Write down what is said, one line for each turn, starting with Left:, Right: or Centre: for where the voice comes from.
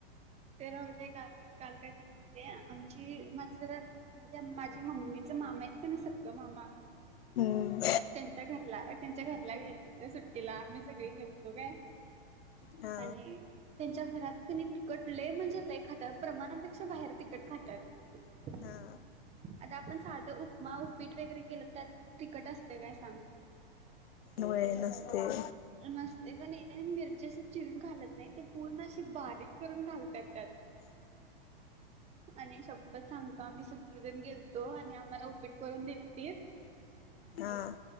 Right: ते राहुदे काल कालकाय झालं माहितीए आमची माझ जरा म्हणजे माझी मम्मीच मामा आहेत कनी सख्ख मामा.
Left: हम्म
Right: त्यांच्या घरला त्यांच्या घरला गेतील त्या सुट्टीला आम्ही सगळी गेलतो काय.
Left: हा
Right: आणि त्यांच्या घरात कनी कट लई म्हणजे लई खातात प्रमाणापेक्षा बाहेर तिकट खातात.
Left: हा
Right: आता आपण साधं उपमा उपीट वगैरे केलं तर तिखट असते काय सांग?
Left: होय नसतय.
Right: नस्त कनी मिरची असं चिरून घालत नाही ते पूर्ण असे बारीक करून घालतात त्यात‌
Left: हम!
Right: आणि शपथ सांगतो आम्ही सगळीजण गेलतो आणि आम्हाला उपीट करून दिलतीत,
Left: हा